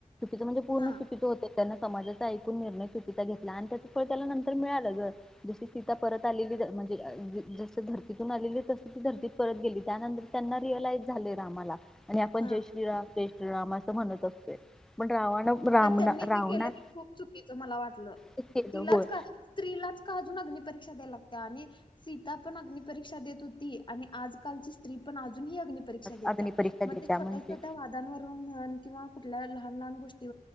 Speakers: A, in the centre; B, on the left.
A: म्हजे पूर्ण
B: हा
A: चुकीचे होते त्यांना समाजाचा ऐकून निर्णय चुकीचा घेतला आणि त्याच फळ त्याला नंतर मिळालं ग जर जशी सीता परत आलेली जर जस धर्तीतून आलेली तस ती धर्तीत परत गेली त्यानंतर त्यांना रिअलाइज झालय रामाला आणि आपण
B: हा
A: जय श्रीराम जय म असं म्हणत असतोय पण रावण राम
B: पण त्यांनी जी
A: रावणात
B: केलं त खूप चुकीच मला वाटलं
A: ते केलं
B: तिलाच
A: होय.
B: का स्त्रीलाच का अजून अग्नी परीक्षा द्याय लागत्या आणि सीता पण अग्नि परीक्षा देत होती आणि आजकालची स्त्री पण म्हणून ही अग्नीपरिक्षा देत्या
A: अग्नी परीक्षा देत्या
B: म ते छोट्या
A: म्हणजे
B: छोट्या वादांवरुन म्हण किंवा कुठल्या लहान लहान गोष्टी